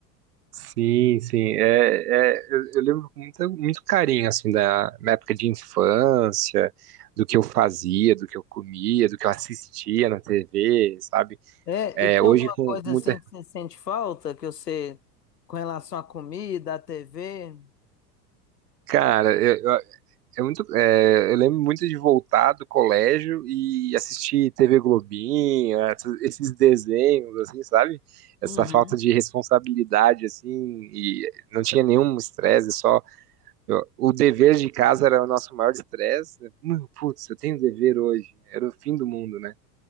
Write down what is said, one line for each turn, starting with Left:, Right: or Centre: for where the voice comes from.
Right: Sim, sim. É, é, eu, eu lembro com muita- muito carinho, assim, da minha época de infância, do que eu fazia, do que eu comia, do que eu assistia na TV, sabe?
Left: É,
Right: É,
Left: e tem
Right: hoje
Left: alguma
Right: com
Left: coisa,
Right: muita...
Left: assim, que você sente falta, que você... com relação à comida, à TV?
Right: Cara, É muito, é, eu lembro muito de voltar do colégio e assistir TV Globinho, essa- esses desenhos, assim, sabe? Essa
Left: Uhum.
Right: falta de responsabilidade, assim, e não tinha nenhum estresse, só eu- o dever de casa era o nosso maior estresse. Hum, Putz, eu tenho dever hoje, era o fim do mundo, né?